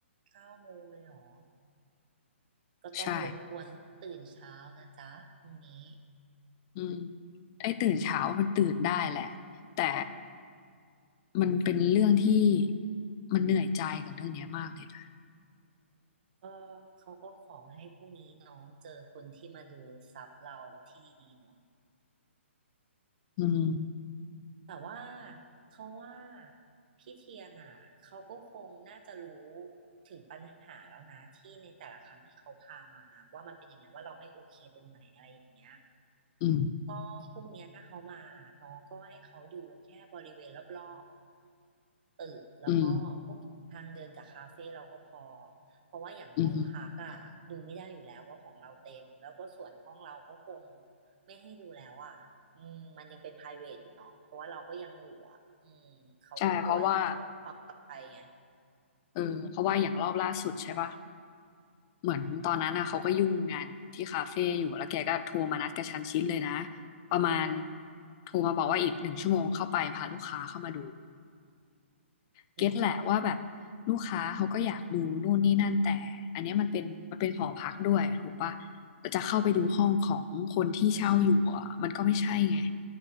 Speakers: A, on the right (about 40°); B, on the left (about 20°).
A: เก้าโมงเลยเหรอก็ต้องรบกวนน้องตื่นเช้านะจ๊ะพรุ่งนี้
B: ใช่อืมไอ้ตื่นเช้ามันตื่นได้แหละแต่มันเป็นเรื่องที่มันเหนื่อยใจกับเรื่องเนี้ยมากเลยนะ
A: ก็เขาก็ขอให้พรุ่งนี้น้องเจอคนที่มาดูซับเราที่ดีๆเนาะ
B: อืม
A: แต่ว่าเขาว่าพี่เทียนอ่ะเขาก็คงน่าจะรู้ถึงปัญหาแล้วนะที่ในแต่ละครั้งที่เขาพามาว่ามันเป็นยังไงว่าเราไม่โอเคตรงไหนอะไรอย่างเงี้ย
B: อืม
A: ก็พรุ่งเนี้ยถ้าเขามาน้องก็ให้เขาดูแค่บริเวณรอบ ตึกแล้วก็พวกทางเดินกับคาเฟ่เราก็พอ
B: อืม
A: เพราะว่าอย่างห้องพักอะดูไม่ได้อยู่แล้วเพราะของเราเต็มแล้วก็ส่วนห้องเราก็คง
B: อืมฮึ
A: ไม่ให้ดูแล้วอะอืมมันยังเป็น private อยู่เนาะเพราะว่าเราก็ยังอยู่อะอืมเขาก็กลัวถึงเรื่องความปลอดภัยไง
B: ใช่ เพราะว่าเออเพราะว่าอย่างรอบล่าสุดใช่ปะ เหมือนตอนนั้นน่ะเขาก็ยุ่งงานที่คาเฟ่อยู่
A: อืม
B: แล้วแกก็โทรมานัดกระชั้นชิดเลยนะ ประมาณโทรมาบอกว่าอีกหนึ่งชั่วโมงเข้าไปพาลูกค้าเข้ามาดู เก็ตแหละว่าแบบ
A: อืม
B: ลูกค้าเขาก็อยากดูนู่นนี่นั่นแต่อันเนี้ยมันเป็นมันเป็นหอพักด้วยถูกปะจะเข้าไปดูห้องของคนที่เช่าอยู่อ่ะมันก็ไม่ใช่ไง
A: ไม